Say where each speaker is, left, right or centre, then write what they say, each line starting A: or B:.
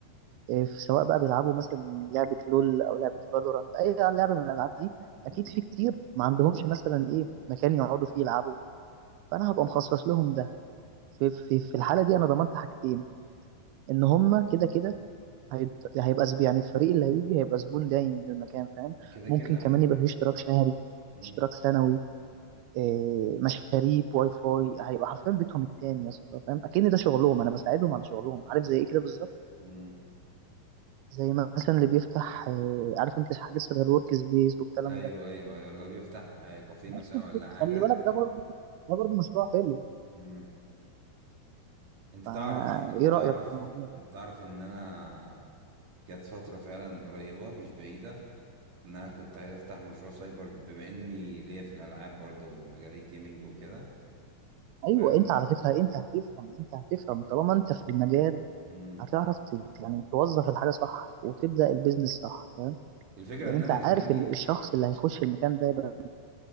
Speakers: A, on the right; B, on the right.
A: آه، في سواء بقى بيلعبوا مثلا لعبه لول او لعبه فالورانت اي لعبه من الالعاب دي
B: مم.
A: اكيد في كتير ما عندهمش مثلا ايه مكان يقعدوا فيه يلعبوا فانا هبقى مخصص لهم ده في في في الحاله دي انا ضمنت حاجتين ان هم كده كده هيت- هيبقى زب- يعني الفريق اللي هيجي هيبقى زبون دايم للمكان فاهم
B: كده
A: ممكن
B: كده يعني
A: كمان يبقى فيه اشتراك شهري
B: مم.
A: اشتراك سنوي إيه، مشاريب واي فاي هيبقى حرفيا بيتهم التاني يا اسطى فاهم اكن ده شغلهم انا بساعدهم على شغلهم عارف زي ايه كده بالظبط
B: مم.
A: زي مثلا اللي بيفتح إيه، عارف انت حاجات شبه الورك سبيس والكلام
B: ايوه
A: ده
B: ايوه ايوه لو بيفتح آه، كافيه
A: نفس
B: مثلا
A: الفكرة.
B: ولا حاجه
A: خلي بالك ده برضه ده برضه مشروع حلو
B: مم. انت
A: فايه
B: تعرف انت تعرف
A: رايك في الموضوع
B: انت تعرف ان انا جت فتره فعلا قريبه مش بعيده ان انا كنت عايز افتح مشروع سايبر بما اني ليا في الالعاب برضه ومجال الجيمنج وكده
A: ايوه
B: فاهم
A: انت على فكره انت هتفهم انت هتفهم طالما انت في المجال
B: مم.
A: هتعرف ت- يعني توظف الحاجه صح وتبدا البيزنس صح فاهم
B: الفكره
A: لان
B: ان
A: انت
B: انا
A: عارف
B: يا زميلي
A: ال- الشخص اللي هيخش المكان ده يبقى